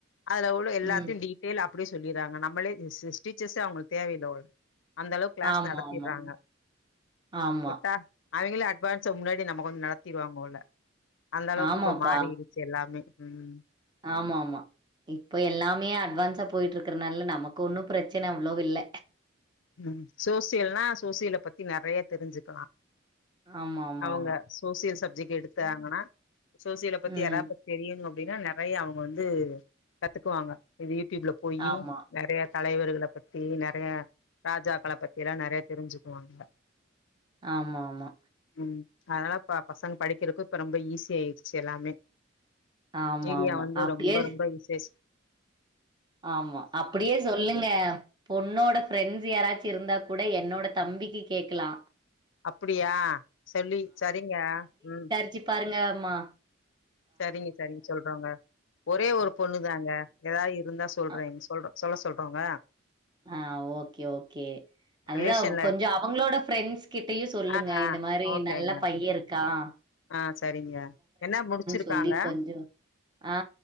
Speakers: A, on the left; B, on the right.
A: அதுல உள்ள எல்லாத்தையு
B: ம்
A: டி அப்டியே சொல்லிறாங்க நம்மளே டீச்சர்ஸ்சே அவங்களுக்கு தேவ இல்ல போல இருக்கு அந்த அளவுக்கு கிளாஸ்
B: ஆமா
A: நடத்திற்றாங்க
B: ஆமா ஆமா
A: விட்டா அவைங்களே அட்வான்ஸ முன்னாடி நம்ம கொஞ்சோ நடத்திருவாங்க போல அந்த அளவுக்கு
B: ஆமாப்பா
A: இப்ப மாறி இருக் எல்லாமே ம்
B: ஆமா ஆமா இப்ப எல்லாமே அட்வான்ஸா போயிட்டு இருக்கறனால நமக்கு ஒன்னு பிரச்சன அவ்ளோ இல்ல
A: ம் சோசியல்னா சோசியல்ல பத்தி நெறைய தெரிஞ்சுக்கலா
B: ஆமா ஆமா
A: அவங்க
B: ஆமா
A: சோசியல் சப்ஜெக்ட் எடுத்தாங்கனா சோசியல பத்தி
B: ம்
A: யாறா தெரியனு அப்டினா நெறையா அவங்க வந்து கத்துக்குவாங்க இது யூடியூப்ல போயி
B: ஆமா
A: நெறையா தலைவர்கள பத்தி நெறையா ராஜாக்கள பத்தில்லா நெறையா தெரிஞ்சுக்குவாங்க
B: ஆமா ஆமா
A: உ அதனால இப்ப பசங்க படிக்கிறக்கு இப்ப ரொம்ப ஈஸியா ஆயிடுச்சு எல்லாமே
B: ஆமா
A: மீடியா
B: ஆமா
A: வந்து
B: அப்டியே
A: ரொம்ப ரொம்ப யூசேசு
B: ஆமா அப்டியே சொல்லுங்க பொண்ணோட ஃப்ரெண்ட்ஸ் யாராச்சு இருந்தா கூட என்னோட தம்பிக்கு கேக்கலா
A: அப்டியா சொல்லி சரிங்க உ
B: ச்சி பாருங்க அம்மா
A: சரிங்க சரிங்க சொல்றோங்க ஒரே ஒரு பொண்ணு தாங்க ஏதாது இருந்தா சொல்றேன்சு
B: அ
A: சொல்ற சொல்ல சொல்றோங்க
B: ஆ ஓகே ஓகே அதுதா
A: ரிலேஷன்ல
B: கொஞ்சோ அவங்களோட ஃப்ரெண்ட்ஸ் கிட்டயே சொல்லுங்க
A: ஆ ஆ
B: இந்த மாரி
A: ஓகேங்க
B: நல்ல பைய்யே இருக்கான்
A: ஆ சரிங்க என்ன முடிச்சிருக்காங்க
B: சொல்லி கொஞ்சோ ஆ